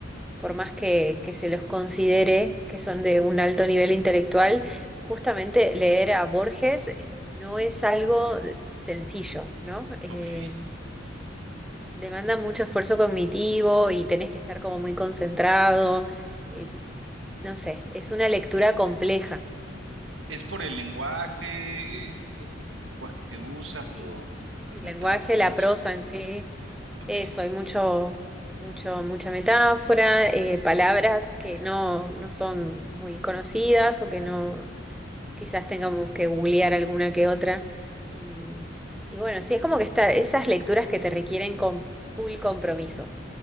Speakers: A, in the centre; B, on the right (about 80°).
A: por más que, que se los considere que son de un alto nivel intelectual, justamente leer a Borges no es algo sencillo, ¿no? Eh,
B: Ok.
A: demanda mucho esfuerzo cognitivo y tenés que estar como muy concentrado. eh, no sé, es una lectura compleja.
B: ¿Es por el lenguaje, eh, el, el lenguaje que usa,
A: Sí,
B: por las
A: el
B: metáforas
A: lenguaje, la prosa
B: o...
A: en sí,
B: Ok,
A: eso, hay mucho, mucho, mucha metáfora, eh, palabras que no, no son muy conocidas o que no, quizás tengamos que googlear alguna que otra. Y, y bueno, sí, es como que está, esas lecturas que te requieren con full compromiso.